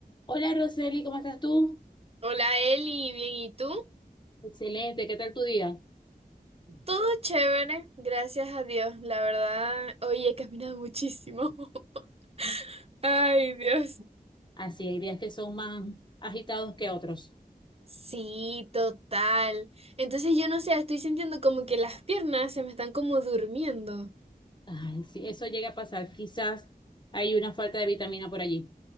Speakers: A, on the left; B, on the right.
A: Hola Roseli, ¿cómo estás tú?
B: Hola Eli, bien, ¿y tú?
A: Excelente, ¿qué tal tu día?
B: Todo chévere, gracias a Dios, la verdad. Hoy he caminado muchísimo. <laughs> Ay, Dios.
A: Así, hay días que son más agitados que otros.
B: Sí, total. Entonces yo no sé, estoy sintiendo como que las piernas se me están como durmiendo.
A: Ay, sí, eso llega a pasar. Quizás hay una falta de vitamina por allí.